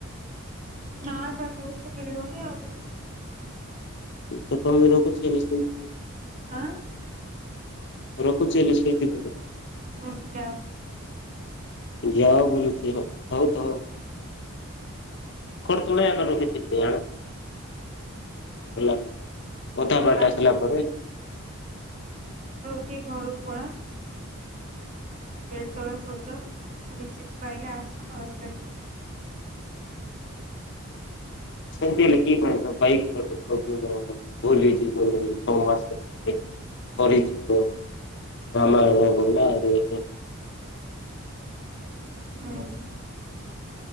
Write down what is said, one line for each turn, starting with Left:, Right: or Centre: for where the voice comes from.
Right: ନାଁ ବା କହୁଛି ମିଳିବନି ଆହୁରି
Left: ସକାଳୁ <inaudible> କରୁଛି ଏଇନା ସେଇ
Right: ହାଁ।
Left: ରଖୁଛି ହେଲେ ସେଇଥି
Right: ହୁଁ ଯାଅ
Left: ଯାଅ ବୋଲୁଛି ହଉ ହଉ ତ ଖଟ ତଳେ ଏକା <inaudible> ଅଧା ବାଟ
Right: କାଲି
Left: ଆସିଲା ପରେ <inaudible>
Right: ଠି ଘରକୁ ପଳା। ପେଟ ତଳେ ଖୋଜ ରିସିଭ ପାଇଲେ ଆସ ନ ଆସିଲେ
Left: ଅଛନ୍ତି ହେଲେ କିଏ କୁଆଡେ଼ ତ ବାଇକ୍ <inaudible> ଭୁଲି ଯିବରେ ଛଅ ମାସରେ ସରି ଯିବ। ଗ୍ରାମାର ବହି ନାଆ ଏବେ
Right: ହୁଁ।